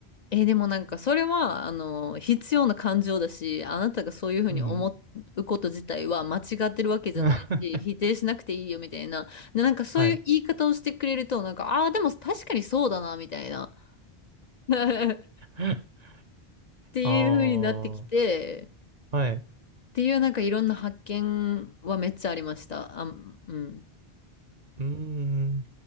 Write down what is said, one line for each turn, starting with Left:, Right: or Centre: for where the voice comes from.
Left: えーでもなんかそれは、あの、必要な感情だし、あなたがそういうふうに思うこと自体は間違ってるわけじゃないし、
Right: うん。<laughs>
Left: 否定しなくていいよみたいな。で、なんかそういう言い方をしてくれると、
Right: はい。
Left: なんか、ああ、でも確かにそうだな、みたいな。<laughs> っ
Right: <laughs>
Left: ていうふうになってきて、
Right: ああ、はい。う
Left: っていうなんかいろんな発見はめっちゃありました。あ、うん。
Right: ーん。